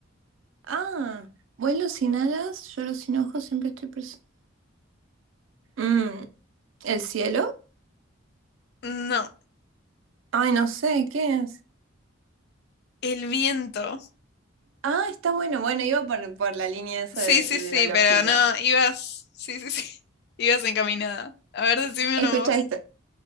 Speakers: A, on the right (about 70°); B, on the left (about 50°).
A: Ah, vuelo sin alas, lloro sin ojos, siempre estoy presente. Mm, ¿el cielo?
B: no,
A: Ay, no sé, ¿qué es?
B: el viento.
A: Ah, está bueno. Bueno, iba por, por la línea esa
B: Sí,
A: de,
B: sí,
A: de
B: sí,
A: la lógica.
B: pero no, ibas, sí, sí, sí, <laughs> ibas encaminada. A ver, decime
A: Escucha
B: uno vos.
A: esto.